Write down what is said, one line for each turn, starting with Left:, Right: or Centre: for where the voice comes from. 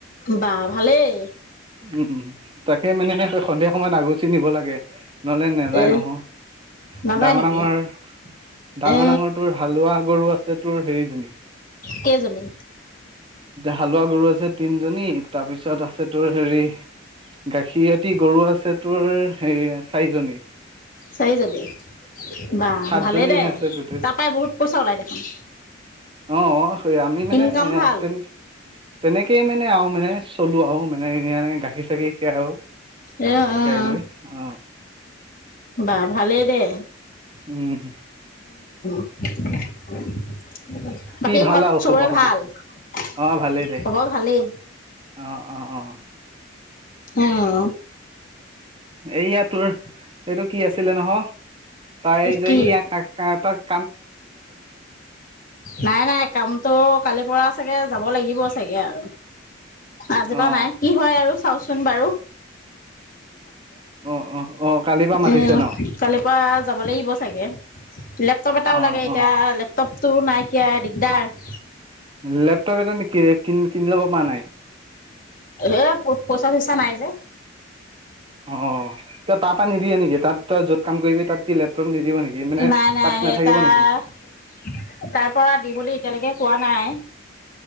Left: বা ভালেই
Right: উম উ তাকে মানে সন্ধিয়া সময়ত আগত নিব লাগে নহ'লে নেযায়
Left: এ
Right: নহয়
Left: নাযায়
Right: ডাঙৰ
Left: নেকি?
Right: ডাঙৰ ডাঙৰ
Left: এ
Right: ডাঙৰ তোৰ হালোৱা গৰু আছে তোৰ হেৰিজনী
Left: কেইজনী?
Right: হালোৱা গৰু আছে তিনজনী তাৰপিছত আছে তোৰ হেৰি গাখীৰতি গৰু আছে তোৰ হে চাৰিজনী
Left: চাৰিজনী বা
Right: সাতজনী
Left: ভালেই দে
Right: আছে আছে তাতে,
Left: তাৰ পৰাই বহুত পইচা ওলাই দেখোন
Right: অ অ আমি মানে
Left: ইনকাম
Right: এ
Left: ভাল
Right: তে তেনে কেয়ে মানে আৰু মানে চলোঁ আৰু মানে এনেই এনেকৈ গাখীৰ চাকীৰ খীয়াই আৰু।
Left: এ অহ অহ।
Right: খীৰাই লৈ অ
Left: বা ভালেই দে।
Right: উম।
Left: <unintelligible> বাকী
Right: ভাল
Left: ঘৰত
Right: আৰু
Left: চবৰে
Right: খবৰ খাতি
Left: ভাল? খবৰ
Right: অ ভালেই দে
Left: ভালেই।
Right: অ অ অ।
Left: অহ।
Right: এইয়া তোৰ এইটো কি আছিলে নহ তাই
Left: কি
Right: যে ইয়া কা তাক
Left: নাই নাই, কামটো কালি পৰা পৰা চাগে যাব লাগিব চাগে আৰু। আজিপা
Right: অ
Left: নাই কি হয় আৰু চাওচো চোন বাৰু।
Right: অ অ অ। কালিৰ পৰা মাতিছে
Left: এইয়া
Right: ন
Left: কালিৰ পৰা যাব লাগিব চাগে। লেপটপ এটাও
Right: অ
Left: লাগে এতিয়া
Right: অ
Left: লেপটপ। তোৰ নাইকিয়া দিগদাৰ।
Right: লেপটপ এটা নিকি কিনি লব পৰা নাই?
Left: এ পইচা চইচা নাই যে।
Right: অ তাৰপা নিদিয়ে নেকি? তাত তই যত কাম কৰিবি তাত কি লেপটপ নিদিব নেকি মানে
Left: নাই নাই
Right: তাত
Left: সেইটা
Right: নাথাকিব নেকি
Left: তাৰ পৰা দিম বুলি এতিয়ালৈকে কোৱা নাই।